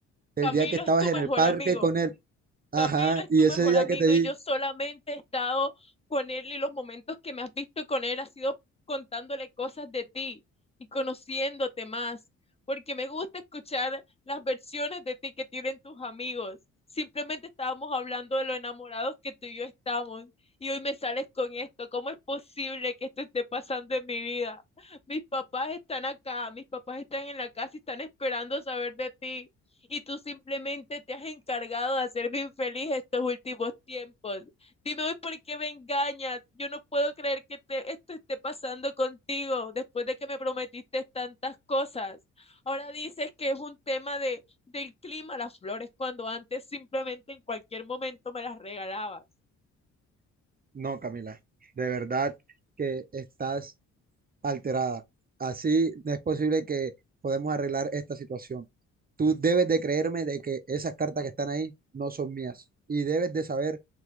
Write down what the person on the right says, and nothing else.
El
día que estabas
en
el parque
con él. Ajá.
Y
ese
día
que te vi.
No, Camila. De verdad que estás alterada. Así no es posible que podemos arreglar esta situación. Tú debes de creerme de que esas cartas que están ahí no son mías y debes de saber